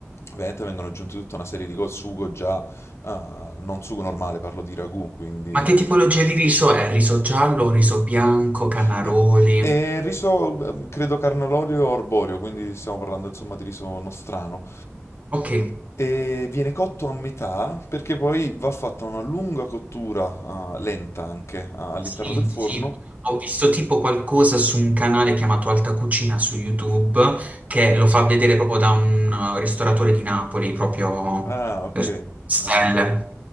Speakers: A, on the left; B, on the right.
A: Ovviamente vengono aggiunte tutta una serie di cose, sugo già, eh, non sugo normale, parlo di ragù, quindi
B: Ma che tipologia di riso è? Riso giallo, riso bianco, canaroli?
A: No, è riso, ehm, credo, carnalorio o arborio, quindi stiamo parlando insomma di riso nostrano.
B: Ok,
A: E viene cotto a metà perché poi va fatta una lunga cottura, eh, lenta anche, eh, all'interno
B: sì,
A: del forno.
B: sì. Ho visto tipo qualcosa su un canale chiamato Alta Cucina su YouTube che lo fa vedere proprio da un eh, ristoratore di Napoli, proprio
A: Ah, ok,
B: eh, stelle.
A: ok.